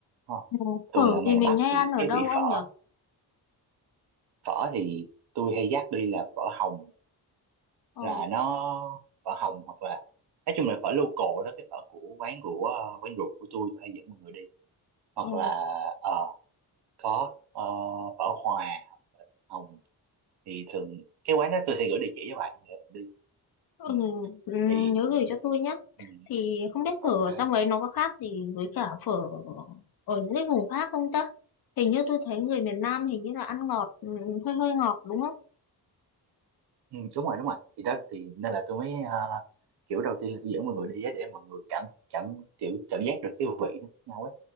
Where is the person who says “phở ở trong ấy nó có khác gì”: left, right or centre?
Left